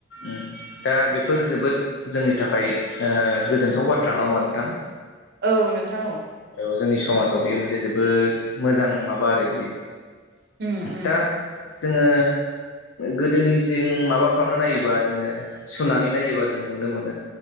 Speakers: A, on the left (about 80°); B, on the right (about 60°).
A: ओं दा बेफोर जोबोद जोंनि थाखाय ओ गोजोनथाव बाथ्रा नङा होनबा नोंथां।
B: औ नोंथां औ
A: औ जोंनि समाजाव बियो मोनसे जोबोद मोजां माबा आरो बियो।
B: उम उम
A: दा जोङो गोदोनिजों माबा खालामना नायोबा जोङो सुनानै नायोबा जोङो नुनो मोनो।